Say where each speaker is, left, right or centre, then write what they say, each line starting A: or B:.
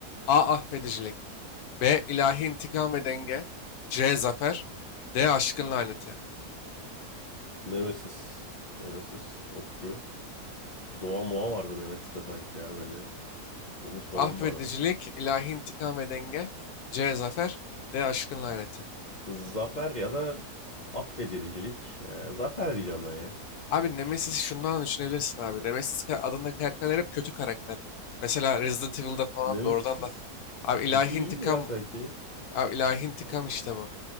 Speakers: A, on the left (about 75°); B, on the left (about 45°).
A: A. Affedicilik B. ilahi intikam ve denge C. Zafer D. Aşkın laneti.
B: Nemesis. Nemesis. Okçu. Doğa Moğa vardı Nemesis'te sanki ya böyle. Domuz falan
A: Affedicilik,
B: vardı.
A: ilahi intikam ve denge. C. Zafer. D. Aşkın laneti.
B: Zafer ya da affedilicilik. Ee, zafer diyeceğim ben ya.
A: Abi Nemesis'i şundan düşünebilirsin abi. Nemesis ka- adında karakterler hep kötü karakter. Mesela Resident Evil'da falan
B: Nemesis
A: da oradan da. Abi ilahi
B: kötü değil
A: intikam,
B: mi ya sanki?
A: abi ilahi intikam
B: Allah
A: işte
B: Allah.
A: bu.